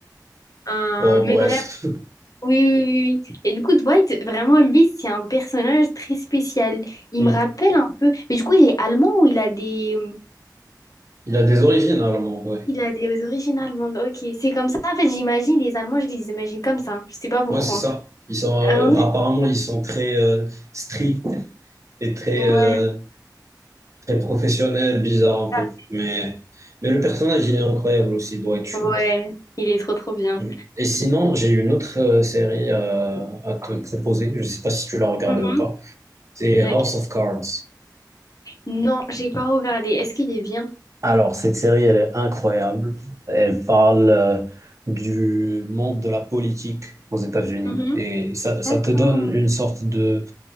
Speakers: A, on the left; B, on the right.
A: Euh,
B: Oh,
A: mais
B: bref.
A: bref,
B: <laughs>
A: oui, oui, oui. oui. oui. Et du coup, Dwight, vraiment, lui, c'est un personnage très spécial. Il
B: Hmm.
A: me rappelle un peu. Mais du coup, il est allemand ou il a des.
B: Il a des origines allemandes, ouais.
A: Il a des origines allemandes. Ok, c'est comme ça. En fait, j'imagine les Allemands, je les imagine comme ça. Je sais pas pourquoi.
B: Ouais, c'est ça. Ils sont,
A: Ah
B: euh,
A: ouais?
B: apparemment, ils sont très euh, stricts et très,
A: Ouais.
B: euh, très professionnels, bizarres un
A: Ah,
B: peu. Mais, mais le personnage, il est incroyable aussi, Dwight Schrute.
A: Ouais. Il est trop trop bien.
B: Hmm. Et sinon, j'ai une autre euh, série euh, à te proposer. Je sais pas si tu l'as regardée
A: Mhm.
B: ou pas. C'est
A: C'est
B: House
A: laquelle?
B: of Cards.
A: Non, j'ai pas regardé. Est-ce qu'il est bien?
B: Alors, cette série, elle est incroyable. Elle parle euh, du monde de la politique aux États-Unis.
A: Mhm.
B: Et ça, ça
A: D'accord.
B: te donne une sorte de,